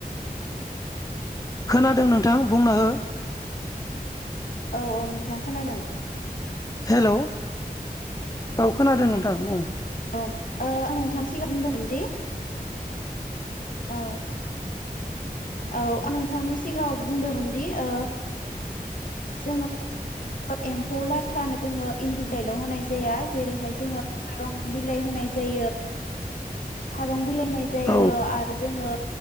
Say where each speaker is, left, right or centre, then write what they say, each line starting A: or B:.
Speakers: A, on the left; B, on the left.
A: खोनादों नोंथां बुंना हो।
B: औ औ नोंथां खोनादों।
A: हेलौ औ खोनादों नोंथां बुं।
B: औ ओ आं नोंथांनि सिगाङाव बुंदोंमोनदि औ। औ आं नोंथांनि सिगाङाव बुंदोंमोन दि ओ जोङो एम्फौ लाथानो जोङो इन्दि बिलायल' होनाय जाया जेरैहाय जोङो खारं बि लाय होनाय जायो। खारं बिलाइ होनाय जायो
A: औ
B: आरो जोङो